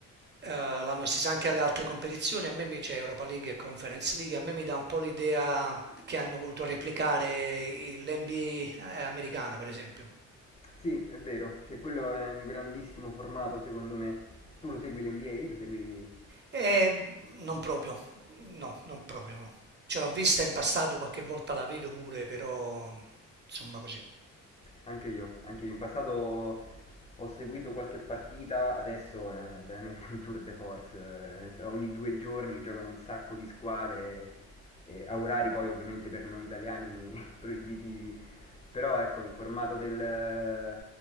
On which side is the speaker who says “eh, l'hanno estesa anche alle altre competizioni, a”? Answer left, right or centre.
Right